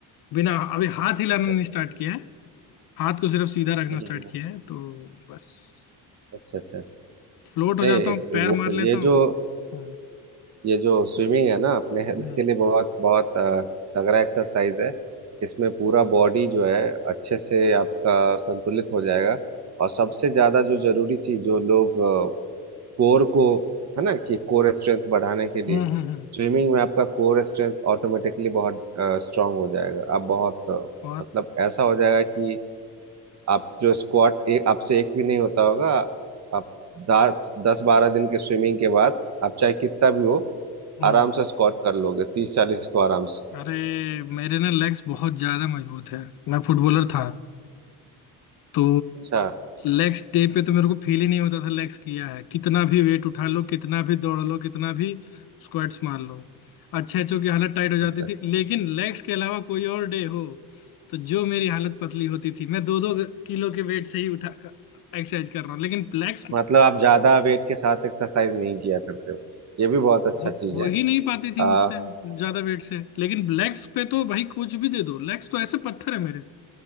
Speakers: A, on the left (about 55°); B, on the right (about 40°).
A: बिना अभी हाथ हिलाना
B: अच्छा
A: नहीं
B: अच्छा
A: स्टार्ट किया है हाथ को सिर्फ सीधा रखना
B: हम्म,
A: स्टार्ट
B: हम्म, हम्म,
A: किया है तो बस
B: अच्छा अच्छा
A: फ्लोट हो
B: नहीं
A: जाता हूँ
B: एक-
A: पैर
B: वो
A: मार लेता
B: ये
A: हूँ
B: जो
A: हम्म
B: ये जो स्विमिंग है ना अपने हेल्थ
A: हम्म
B: के लिए बहुत बहुत अ, तगड़ा एक्सरसाइज है इसमें पूरा बॉडी जो है अच्छे से आपका संतुलित हो जाएगा और सबसे ज्यादा जो जरूरी चीज जो लोग कोर को है ना कि कोर स्ट्रेंथ बढ़ाने के लिए
A: हम्म हम्म, हम्म।
B: स्विमिंग में आपका कोर स्ट्रेंथ ऑटोमेटिकली बहुत स्ट्रांग हो जाएगा आप बहुत अ,
A: और
B: मतलब ऐसा हो जाएगा कि आप जो स्क्वाट आपसे एक भी नहीं होता होगा आप दस दस बारह दिन के स्विमिंग के बाद आप चाहे कितना भी हो
A: हम्म,
B: आराम से स्क्वाट कर लोगे तीस चालीस तो आराम से
A: अरे मेरे ना लेग्स बहुत ज्यादा मजबूत है मैं फुटबॉलर था तो
B: अच्छा
A: लेग्स डे पे तो मेरे को फील ही नहीं होता था लेग्स किया है कितना भी वेट उठा लो कितना भी दौड़ लो कितना भी स्क्वाट्स मार लो अच्छे अच्छों की हालत टाइट
B: अच्छा
A: हो जाती
B: अच्छा
A: थी लेकिन लेग्स के अलावा कोई और डे हो तो जो मेरी हालत पतली होती थी मैं दो दो किलो के वेट से ही उठा एक्सरसाइज कर रहा हूँ लेकिन लेग्स
B: मतलब आप ज्यादा वेट के साथ एक्सरसाइज नहीं किया करते हो ये भी बहुत अच्छा
A: हो
B: चीज है
A: ही नहीं पाती थी
B: आ,
A: मुझसे ज्यादा वेट से लेकिन लेग्स पे तो भाई कुछ भी दे दो लेग्स तो ऐसे पत्थर है मेरे